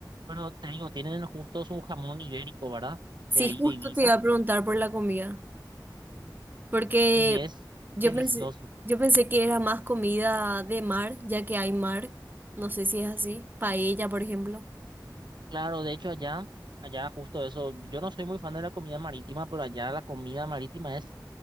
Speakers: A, on the right; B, on the right.
A: pero te digo, tienen justo su jamón ibérico, ¿verdad?
B: Sí,
A: De ahí
B: justo
A: de Ibiza
B: te iba a preguntar por la comida, porque
A: y es
B: yo
A: delicioso.
B: pensé, yo pensé que era más comida de mar, ya que hay mar, no sé si es así, paella, por ejemplo.
A: Claro, de hecho allá, allá justo eso, yo no soy muy fan de la comida marítima, pero allá la comida marítima es